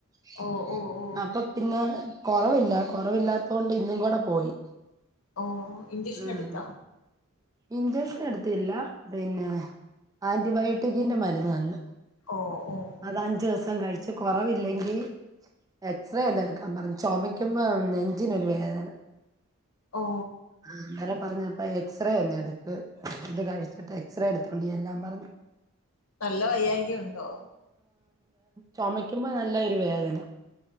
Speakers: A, on the right; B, on the left.
A: <unintelligible>
B: ഓ ഓ ഓ
A: അപ്പൊ പിന്നെ കൊറവില്ല, കുറവില്ലാത്തോണ്ട് ഇന്നും കൂടെ പോയി.
B: ഓ ഇഞ്ചക്ഷൻ
A: ആഹ്
B: എടുത്തോ?
A: ഇഞ്ചക്ഷൻ എടുത്തില്ല പിന്നെ ആൻറ്റിബയോട്ടി- ബയോട്ടിക്കിന്റെ മരുന്ന് തന്ന്,
B: ഓ ഓ ഓ
A: അത് അഞ്ചു
B: ഓ
A: ദിവസം കഴിച്ച് കൊറവില്ലെങ്കിൽ- എക്സ്റേ എന്തോ എടുക്കാൻ പറഞ്ഞു, ചുമയ്ക്കുമ്പോ നെഞ്ചിനൊരു വേദന.
B: ഓ
A: അന്നേരം പറഞ്ഞപ്പ എക്സ് എക്സ്റേ ഒന്ന് എടുക്ക്, ഇത് കഴിച്ചിട്ട് എക്സറേ എടുത്തോണ്ട് ചെല്ലാൻ പറഞ്ഞു.
B: നല്ല വയ്യായിക ഉണ്ടോ?
A: ചുമക്കുമ്പോ നല്ലൊരു വേദന